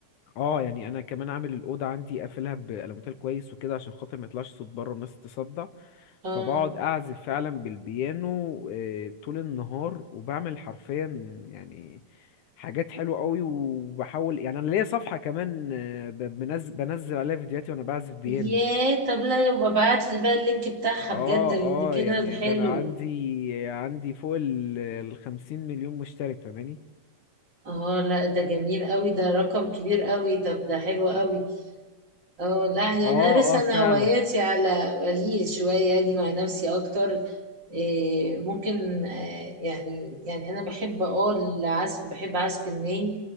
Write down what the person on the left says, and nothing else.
اه يعني انا كمان عامل الاوضه عندي قافلها بالموتيل كويس وكده عشان خاطر ما يطلعش صوت بره والناس تتصدع
فبقعد اعزف فعلا بالبيانو آه، طول النهار وبعمل حرفيا يعني حاجات حلوه قوي وبحاول يعني انا ليا صفحه كمان آه، ب- بنزل بنزل عليها فيديوهاتي وانا بعزف بيانو
اه
اه يعني
ده انا عندي عندي فوق ال الخمسين مليون مشترك فاهماني
اه
اه
فعلا